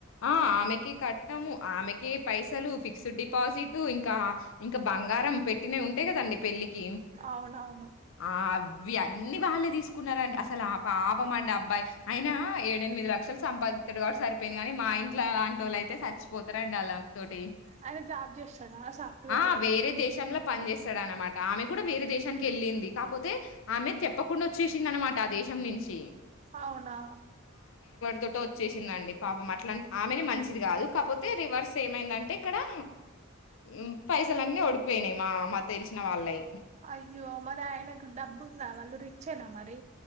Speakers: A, on the left; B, on the right.
A: ఆ ఆమెకె కట్నము ఆమెకె పైసలు ఫిక్స్డ్ డిపాజిటు ఇంకా ఇంకా బంగారం పెట్టినయ్ ఉంటయ్ గదండి పెళ్ళకి
B: అవునవును
A: ఆ అవ్ వ్వి అన్నీ వాళ్ళే తీసుకున్నారండి అసలు ఆ పాపం అండి అబ్బాయి అయిన ఏడెనిమిది లక్షలు సంపా దిత్తడు గాబట్టి సరిపోయింది గనీ మా ఇంట్లో లాంటోళ్ళైతే సచ్చిపోతారు అండి అలా తోటి
B: ఆయన జాబ్ చేస్తాడా సాఫ్ట్వేర్
A: ఆ
B: జాబా
A: వేరే దేశంలా పని చేస్తాడనమాట ఆమె గూడా వేరే దేశానికి ఎళ్ళింది కాపోతే ఆమె చెప్పకుండ ఒచ్చేశిందనమాట ఆ దేశం నుంచి
B: అవునా
A: తొటె ఒచ్చేశిందండి పాపం అట్లాంటి ఆమెనే మంచిది గాదు కాపోతే రివర్స్ ఏమైందంటే ఇక్కడా మ్ పైసలన్నీ ఓడిపోయినాయ్ మా మా తెలిసిన వాళ్ళై
B: అయ్యో మరి ఆయనకు డబ్బు ఉందా వాళ్ళు రిచ్చేనా మరి